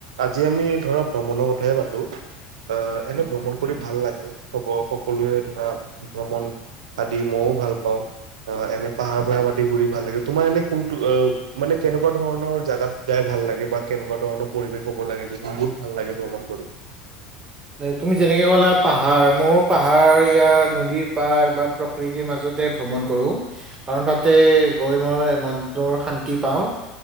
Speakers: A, on the right; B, on the right.
A: আজি আমি ধৰা ভ্ৰমণৰ কথাহে পাতো। আহ এনে ভ্ৰমণ কৰি ভাল লাগে, হব সকলোৱে ধৰা ভ্ৰমণ আদি মইও ভাল পাওঁ, আহ এনে পাহাৰ ভৈয়াম আদি ঘুৰি ভাল লাগে, তোমাৰ এনে কোনটো অ মানে কেনেকুৱা ধৰণৰ জাগাত যায় ভাল লাগে বা কেনেকুৱা ধৰণৰ পৰিৱেশ হ'ব লাগে যে বহুত ভাল লাগে ভ্ৰমণ কৰি?
B: তুমি যেনেকে ক'লা পাহাৰ মোৰ পাহাৰীয়া নদীৰ পাৰ বা প্ৰকৃতিৰ মাজতে ভ্ৰমণ কৰো কাৰণ তাতে গৈ মই মনটোৰ শান্তি পাওঁ